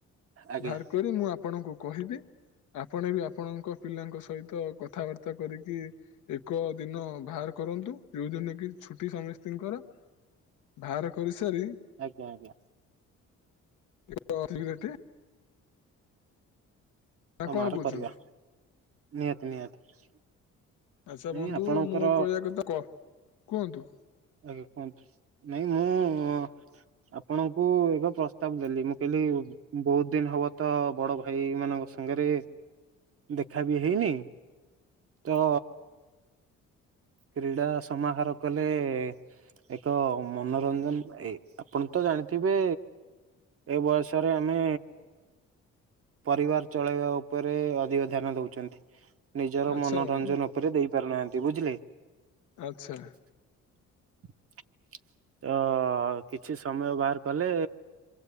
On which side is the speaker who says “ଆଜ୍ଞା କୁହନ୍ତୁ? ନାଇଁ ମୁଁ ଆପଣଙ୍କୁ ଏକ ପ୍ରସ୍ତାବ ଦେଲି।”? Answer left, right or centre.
Right